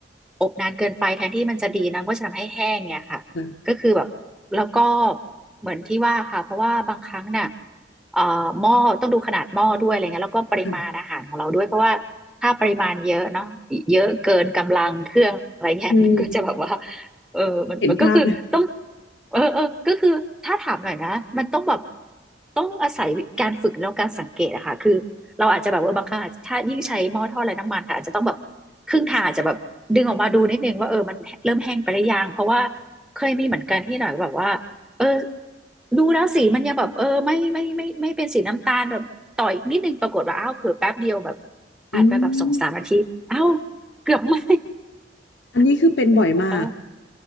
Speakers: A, in the centre; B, on the left.
A: อบนานเกินไปแทนที่มันจะดีนะมันก็จะทำให้แห้งเนี่ยค่ะก็คือแบบแล้วก็
B: ค่
A: เหมือนที่ว่าค่ะเพราะว่าบางครั้งน่ะเอ่อหม้อต้องดูขนาดหม้อด้วยอะไรเงี้ยแล้วก็ปริมาณอาหารของเราด้วยเพราะว่าถ้าปริมาณเยอะเนาะเยอะเกินกำลังเครื่องอะไรเงี้ยมันก็จะแบบว่า
B: ะ อืม
A: เออมันมันก็คือต้อง
B: เห็นภาพเลย
A: เออเออก็คือถ้าถามหน่อยนะมันต้องแบบต้องอาศัยการฝึกแล้วการสังเกตอะค่ะคือ เราอาจจะแบบเออบางครั้งะถ้ายิ่งใช้หม้อทอดไร้น้ำมันค่ะอาจจะต้องแบบครึ่งทางอาจจะแบบดึงออกมาดูนิดนึงว่าเออมันเริ่มแห้งไปหรือยังเพราะว่าเคยมีเหมือนกันที่หน่อยแบบว่าเออดูแล้วสีมันยังแบบเออไม่ไม่ไม่ไม่เป็นสีน้ำตาลแบบต่ออีกนิดนึงปรากฏว่าอ้าวเผลอแป๊บเดียวแบบผ่านไปแบบสองสามนาทีอ้าว
B: อืม
A: เกือบไหม
B: อันนี้คือเป็นบ่อยมาก
A: เออ